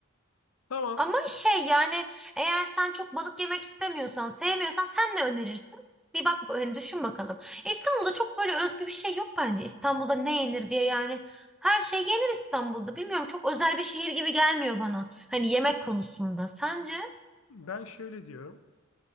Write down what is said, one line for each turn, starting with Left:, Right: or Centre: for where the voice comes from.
Left: Tamam.
Centre: Ama şey yani eğer sen çok balık yemek istemiyorsan, sevmiyorsan sen ne önerirsin? Bir bak hani düşün bakalım. İstanbul'da çok böyle özgü bir şey yok bence. İstanbul'da ne yenir diye yani. Her şey yenir İstanbul'da. Bilmiyorum çok özel bir şehir gibi gelmiyor bana. Hani yemek konusunda. Sence?
Left: Ben şöyle diyorum.